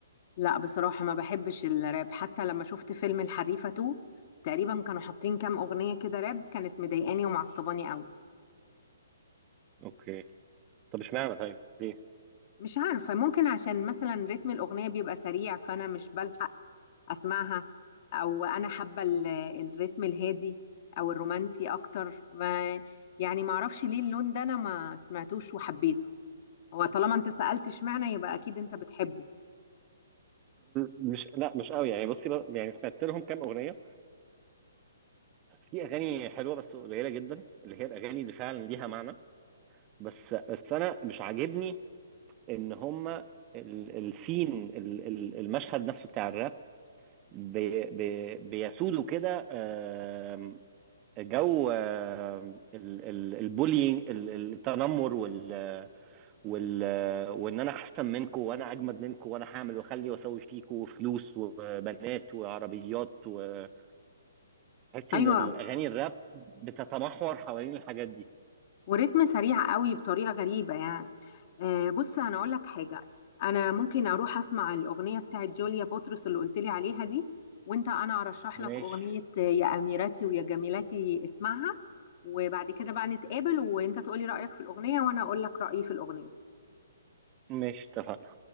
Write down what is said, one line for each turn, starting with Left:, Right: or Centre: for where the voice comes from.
Left: لا بصراحه ما بحبش الراب حتى لما شفت فيلم الحريفه 2 تقريبا كانوا حاطين كام اغنيه كده راب كانت مضايقاني ومعصباني قوي
Right: اوكي طب اشمعنى طيب ليه
Left: مش عارفة ممكن عشان مثلا رتم الأغنية بيبقى سريع فأنا مش بلحق أسمعها أو أنا حابة ال- الرتم الهادي أو الرومانسي أكتر ما يعني معرفش ليه اللون ده أنا ما سمعتوش وحبيته هو طالما أنت سألت اشمعنى يبقى أكيد أنت بتحبه
Right: مش لا مش قوي يعني بصي بقى- يعني سمعت لهم كام اغنيه في اغاني حلوه بس قليله جدا اللي هي الاغاني اللي فعلا ليها معنى بس بس انا مش عاجبني ان هم السين المشهد نفسه بتاع الراب بي بي بيسودوا كده آم، جو آم، ال- ال- البولينج ال- ال- التنمر وال وال وان انا احسن منكم وانا اجمد منكم وانا هعمل واخلي واسوي فيكم فلوس وبنات وعربيات وتحسي
Left: أيوة
Right: ان الاغاني الراب بتتمحور حوالين الحاجات دي
Left: وريتم سريع قوي بطريقه غريبه يعني آه، بص انا اقول لك حاجه انا ممكن اروح اسمع الاغنيه بتاعت جوليا بطرس اللي قلت لي عليها دي وانت انا ارشح
Right: ماشي
Left: لك اغنيه آه، يا اميرتي ويا جميلتي اسمعها وبعد كده بقى نتقابل وانت تقولي رايك في الاغنيه وانا اقول لك رايي في الاغنيه
Right: ماشي اتفقنا